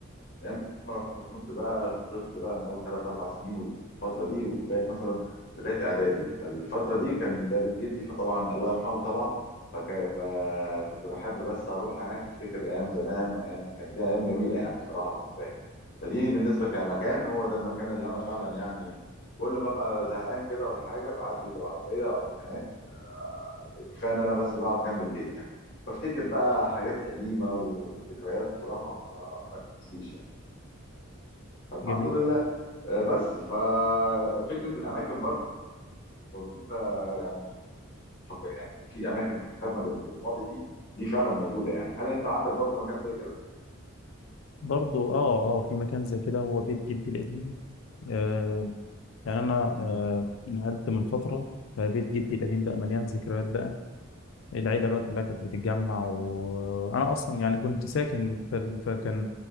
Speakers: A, on the left; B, on the left.
A: ب- كنت بقى طفل بقى من اول 3 4 سنين والفتره دي ولغايه مثلا لغايه اعدادي فالفتره دي كان ده بيت جدي فطبعا الله يرحمه طبعا فك... فكنت بحب بس اروح هناك افتكر ايام زمان وايام كان دي ايام جميله يعني بصراحه بالنسبه لي فدي بالنسبه كمكان هو ده المكان اللي انا فعلا يعني كل ما ابقى زهقان كده ولا حاجه بعدي بالعربيه اروح هناك آه، كفايه ان انا بس بقعد جنب البيت يعني بفتكر بقى حاجات قديمه وذكريات بصراحه آه، ما تنسيش يعني فالحمد
B: جميل
A: لله آه، بس ففكره الاماكن برضو فكره يعني فك- يعني في اماكن بتفكرنا بال- بالماضي دي دي فعلا موجوده يعني هل انت عندك برضو مكان زي كده؟
B: برضو اه اه في مكان زي كده هو بيت جدي القديم آه يعني انا
A: مم.
B: آه نقلت من فتره فبيت جدي القديم بقى مليان ذكريات بقى العيلة بقى كلها كانت بتتجمع وأنا أصلا يعني كنت ساكن في ال- فكان